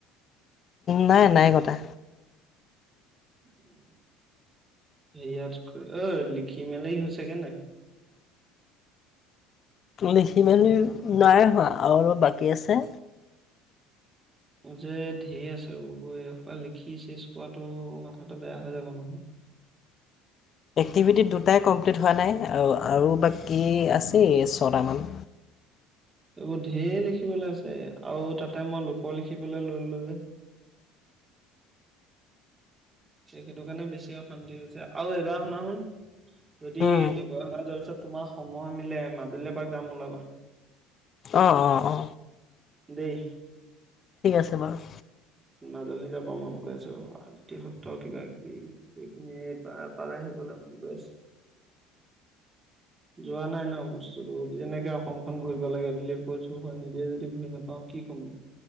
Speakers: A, on the left; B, on the right.
A: নাই নাই কটা
B: উম সেয়াত অ লিখি মেলই হৈছে গে নাই?
A: লিখি মেলি নাই হোৱা আৰু অলপ বাকী আছে।
B: যে ঢেৰ আছে এ খ লিখি চেজ কৰাটো মাথাতে বেয়া হৈ যাব নহয়। <inaudible>
A: এক্টিভিটি দুটাই কমপ্লিট হোৱা নাই আৰু আৰু বাকী আছেই ছটামান
B: <inaudible> এইবোৰ ধঢেৰ লিখিবলৈ আছে আৰু তাতে মই লোকৰ লিখিবলৈ লৈলো যে। <inaudible> সেইটো কাৰণে বেছি অশান্তি হৈছে আৰু এইবাৰ শুনাচোন। যদি
A: উম,
B: দুক যোৱাৰ পিছত তোমাৰ সময় মিলে মাজুলীলৈ এপাক যাম ওলাবা।
A: অহ অ অ
B: দেই
A: ঠিক আছে বাৰু।
B: মাজুলী যাব মন গৈ আছে, অ আটিসত্ৰ কিবা কিবি সেখিনি তাৰে আহিব। বলাবি বছ। যোৱা নাই ন বস্তুটো, যেনেকে অসমখন ঘূৰিব লাগে বুলি কৈছো হয় নিজে যদি ঘূৰি নাপাওঁ কি কম?